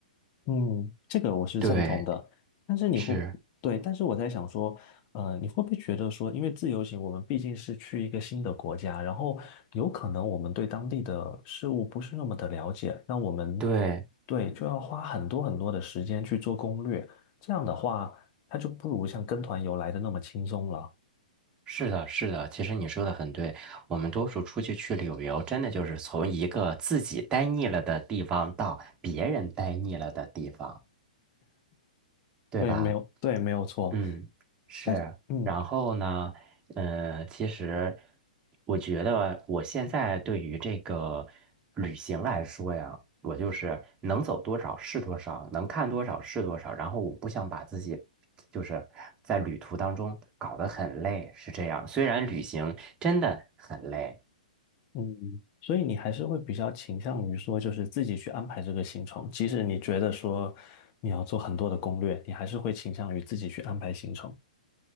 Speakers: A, on the left; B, on the right.
A: 嗯，这个我是赞同的，
B: 对，
A: 但是你会不对，
B: 是，
A: 但是我在想说，呃，你会不会觉得说，因为自由行，我们毕竟是去一个新的国家，然后有可能我们对当地的事物不是那么的了解，那我们
B: 对，
A: 对就要花很多很多的时间去做攻略，这样的话，它就不如像跟团游来的那么轻松了。
B: 是的，是的。其实你说的很对，我们多数出去去旅游，真的就是从一个自己待腻了的地方到别人待腻了的地方，对吧？
A: 对，没有，对，没有错。
B: 嗯，是。
A: 但嗯，
B: 然后呢，呃，其实我觉得我现在对于这个旅行来说呀，我就是能走多少是多少，能看多少是多少。然后我不想把自己就是在旅途当中搞得很累，是这样。虽然旅行真的很累。
A: 嗯，所以你还是会比较倾向于说，就是自己去安排这个行程，即使你觉得说你要做很多的攻略，你还是会倾向于自己去安排行程。